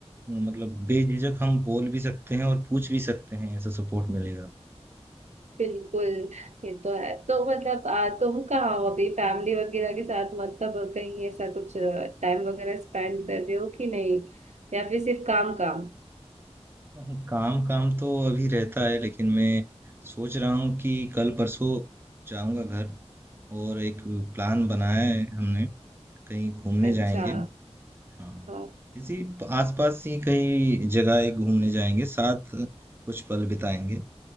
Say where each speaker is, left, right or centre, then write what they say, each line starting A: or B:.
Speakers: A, on the right (about 20°); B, on the right (about 85°).
A: मतलब बेझिझक हम बोल भी सकते हैं और पूछ भी सकते हैं ऐसा सपोर्ट मिलेगा
B: बिल्कुल ये तो है तो मतलब आ, तुम कहाँ हो अभी फैमिली वगैरह के साथ मतलब कहीं ऐसा कुछ टाइम वगैरह स्पेंड कर रहे हो कि नहीं या फिर सिर्फ काम काम
A: हाँ, काम काम तो अभी रहता है लेकिन मैं सोच रहा हूँ कि कल परसों जाऊंगा घर और एक प्लान बनाया है हमने कहीं घूमने
B: अच्छा
A: जाएंगे हाँ
B: हाँ
A: इसी प- आसपास ही कई जगह एक घूमने जाएंगे साथ कुछ पल बिताएंगे